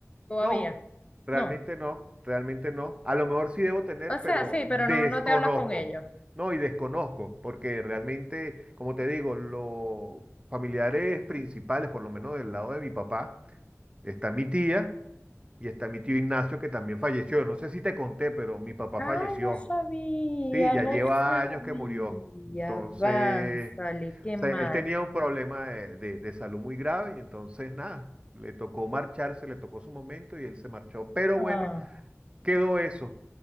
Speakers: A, on the left; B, on the right.
A: todavía.
B: No, realmente
A: No.
B: no, realmente no. A lo mejor sí debo tener,
A: O sea,
B: pero
A: sí,
B: desconozco.
A: pero no, no te hablas con ellos.
B: No, y desconozco, porque realmente, como te digo, los familiares principales, por lo menos del lado de mi papá, está mi tía y está mi tío Ignacio, que también falleció. No sé si te conté, pero mi papá
A: Ay,
B: falleció.
A: no sabía,
B: Sí, ya
A: no
B: lleva
A: sabía.
B: años que murió. Entonces,
A: Avánzale, qué
B: o
A: mal.
B: sea, él tenía un problema de, de- de salud muy grave y entonces nada, le tocó marcharse, le tocó su momento y él se marchó. Pero
A: Ah,
B: bueno, quedó eso.